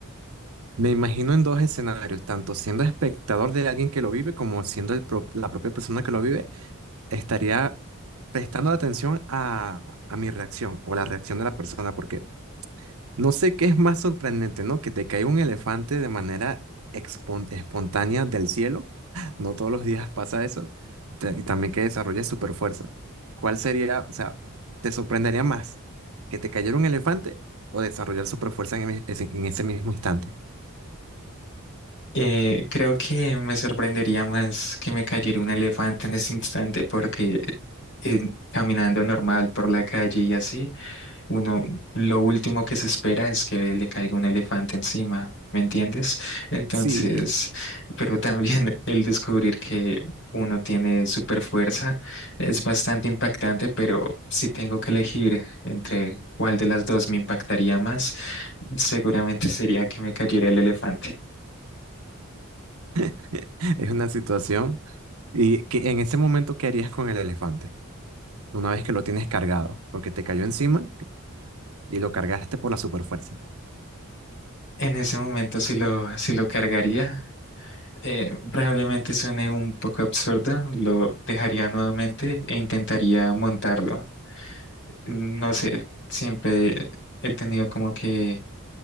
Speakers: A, on the right; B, on the left.
A: me imagino en dos escenarios, tanto siendo espectador de alguien que lo vive como siendo el pro- la propia persona que lo vive, estaría prestando atención a, a mi reacción o la reacción de la persona, porque no sé qué es más sorprendente, ¿no? Que te caiga un elefante de manera expon- espontánea del cielo. <laughs> No todos los días pasa eso. Te- Y también que desarrolle super fuerza. ¿Cuál sería, o sea, te sorprendería más que te cayera un elefante o desarrollar super fuerza en, ese- en ese mismo instante?
B: Eh, creo que me sorprendería más que me cayera un elefante en ese instante porque eh, caminando normal por la calle y así. Uno, lo último que se espera es que le caiga un elefante encima, ¿me entiendes? Entonces,
A: Sí,
B: <laughs> pero también el descubrir que uno tiene super fuerza es bastante impactante, pero si tengo que elegir entre cuál de las dos me impactaría más, seguramente sería que me cayera el elefante.
A: <laughs> es una situación. ¿Y que en ese momento qué harías con el elefante? Una vez que lo tienes cargado, porque te cayó encima y lo cargaste por la superfuerza.
B: En ese momento, si lo, si lo cargaría, eh, probablemente suene un poco absurdo, lo dejaría nuevamente e intentaría montarlo. mm, No sé, siempre he tenido como que